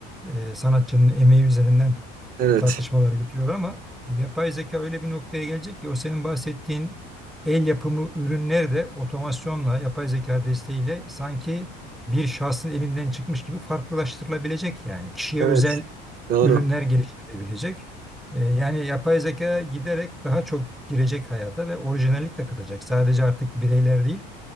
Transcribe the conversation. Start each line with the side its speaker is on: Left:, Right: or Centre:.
Centre: Ee, sanatçının emeği üzerinden
Right: evet
Centre: tartışmalar götürüyorlar ama yapay zeka öyle bir noktaya gelecek ki o senin bahsettiğin el yapımı ürünler de otomasyonla, yapay zeka desteğiyle sanki bir şahsın elinden çıkmış gibi farklılaştırılabilecek yani kişiye
Right: evet
Centre: özel
Right: doğru.
Centre: ürünler geliştirilebilecek. Ee, yani yapay zeka giderek daha çok girecek hayata ve orijinallik de katacak. Sadece artık bireyler değil,